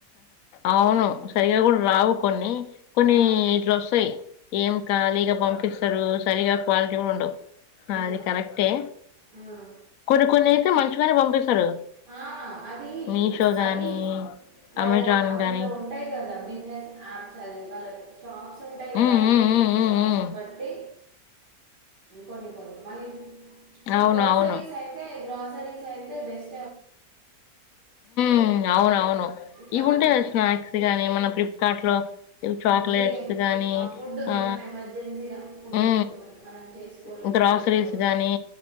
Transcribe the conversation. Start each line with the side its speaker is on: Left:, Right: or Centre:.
Left: అవును సరిగా కూడా రావు కొన్ని కొన్ని
Right: ఆ,
Left: ఇట్లు వొస్సయ్ ఏం ఖాళీగా పంపిస్సరు సరిగా క్వాలిటీ కూడా ఉండవు
Right: ఉమ్,
Left: అది కరెక్టే
Right: ఉమ్.
Left: కొన్ని కొన్నీ టు మంచిగానే పంపిస్తారు
Right: ఆ, అది
Left: మీషో గానీ
Right: అది వాళ్ళ
Left: అమెజాన్
Right: అందులో
Left: గానీ.
Right: ఉంటాయి గా ట బిజినెస్ యాప్స్ అది వాళ్ళ షాప్స్ ఉంటాయి కదా
Left: హ్మ్.
Right: అవి
Left: హ్మ్.
Right: కొన్ని
Left: హ్మ్.
Right: కొన్ని
Left: హ్మ్.
Right: షాప్స్
Left: హ్మ్.
Right: ని బట్టి కొన్ని కొన్ని మళ్ళీ ఈ
Left: అవును.
Right: గ్రాసరీస్
Left: అవును.
Right: అయితే గ్రాసరీస్ ఐతే బెస్
Left: హుమ్ అవునవును
Right: ఇట్లా
Left: ఇవి
Right: ఆర్డర్
Left: ఉంటాయి
Right: పెట్టి
Left: కదా స్నాక్స్ గాని మన ప్లిప్ కార్ట్ లో చాక్లెట్స్
Right: ఉమ్, బిర్యానీ
Left: గానీ
Right: ఫుడ్
Left: ఆ
Right: ఏమైనా ఎమర్జెన్సీగా ఫుడ్
Left: ఊ
Right: ఏమైనా మనం చేసుకోలేకపోతే
Left: ఊ గ్రాసరీస్
Right: వచ్చి
Left: గానీ